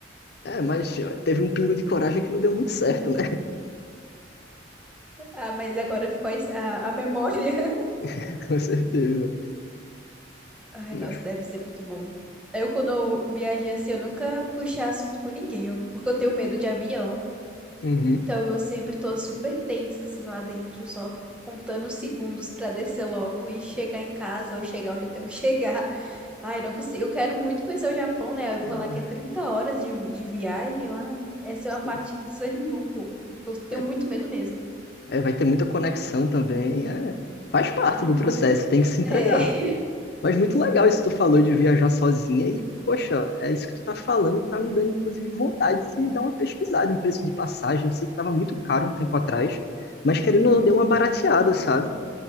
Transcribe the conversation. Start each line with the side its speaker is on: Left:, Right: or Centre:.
Left: É, mas ó, teve um pingo de coragem que não deu muito certo, né?
Centre: Ah, mas agora ficou a, a, a memória. <laughs>
Left: <laughs> Com certeza.
Centre: Ai,
Left: Mas
Centre: nossa, deve ser muito bom. Eu, quando eu viajei assim, eu nunca puxei assunto com ninguém, eu- porque eu tenho medo de avião.
Left: Uhum.
Centre: Então eu sempre tô super tensa, assim, lá dentro, só contando os segundos pra descer logo e chegar em casa ou chegar onde eu tenho que <laughs> chegar. Ai, não consigo. Eu quero muito conhecer o Japão, né?
Left: Caramba,
Centre: Eu ouvi falar que é 30 horas de, de viagem lá. Essa é uma
Left: sim.
Centre: parte que desanima um pouco, porque eu tenho
Left: É,
Centre: muito medo mesmo.
Left: é, vai ter muita conexão também. é. faz parte
Centre: Uhum.
Left: do processo, tem que se entregar.
Centre: É, <laughs>
Left: Mas muito
Centre: sim.
Left: legal isso que tu falou de viajar sozinha e, poxa, é isso que tu tá falando, tá me dando inclusive vontade de dar uma pesquisada em preço de passagem. Eu sei que tava muito caro
Centre: Hum,
Left: um tempo atrás, mas querendo
Centre: Uhum.
Left: ou não, deu uma barateada, sabe?